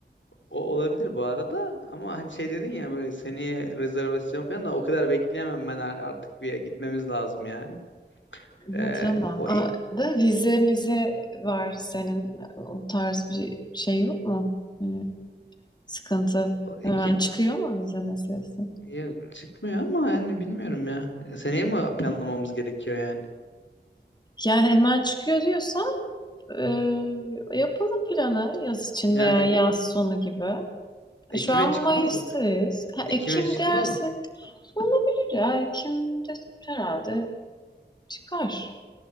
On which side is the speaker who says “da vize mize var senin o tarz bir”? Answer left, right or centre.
Left